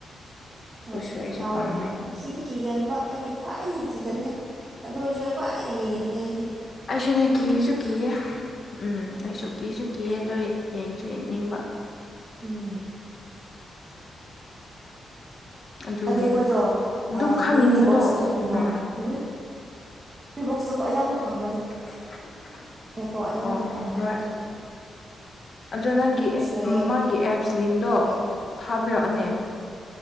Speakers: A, on the right (about 25°); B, on the left (about 40°).
A: ꯍꯣꯏ
B: ꯑꯗꯨꯁꯨ ꯑꯩꯁꯨ
A: ꯇꯥꯕ
B: ꯄꯥꯝꯃꯦ
A: ꯀꯥꯟꯗꯀꯣ ꯀꯤꯗꯤ ꯀꯤꯒꯟꯕ ꯑꯩꯅ ꯈ꯭ꯋꯥꯏꯗꯒꯤ ꯀꯤꯒꯟꯅꯂꯦ ꯑꯗꯨ ꯑꯣꯏꯔꯁꯨ ꯑꯩ ꯈ꯭ꯋꯥꯏꯗꯒꯤ ꯌꯦꯡꯅꯤꯡꯤꯕꯅꯦ ꯑꯩꯗꯤ
B: ꯑꯩꯁꯨꯅꯦ ꯀꯤꯔꯁꯨ ꯀꯤꯌꯦ ꯎꯝ ꯑꯩꯁꯨ ꯀꯤꯁꯨ ꯀꯤ ꯑꯗꯨꯗ ꯌꯦꯡꯁꯨ ꯌꯦꯡꯅꯤꯡꯕ
A: ꯎꯝ
B: ꯑꯗꯨꯒꯤ
A: ꯑꯗꯨ ꯑꯩꯈꯣꯏꯗꯣ
B: ꯑꯗꯨꯝ ꯈꯪꯅꯤꯡꯕꯗꯣ
A: ꯅꯨꯨꯔꯤ ꯕꯣꯛꯁ ꯑꯗꯨꯝ ꯌꯦꯡꯉꯣ
B: ꯎꯝ
A: ꯅꯨꯔꯤ ꯕꯣꯛꯁꯇꯀꯣ ꯑꯌꯥꯝꯕ ꯐꯪꯕꯅꯦ
B: <inaudible>
A: ꯀꯣ ꯑꯌꯥꯝꯕꯗꯤ
B: ꯑꯣ
A: ꯐꯪꯕꯅꯦ
B: ꯑꯣ ꯍꯣꯏ
A: ꯑꯗꯣ
B: ꯑꯗꯣ ꯅꯪꯒꯤ
A: ꯂꯩꯌꯦ
B: ꯃꯥꯒꯤ ꯑꯦꯞꯁ ꯂꯤꯡꯗꯣ
A: ꯑꯦ
B: ꯊꯥꯕꯤꯔꯛꯑꯣꯅꯦ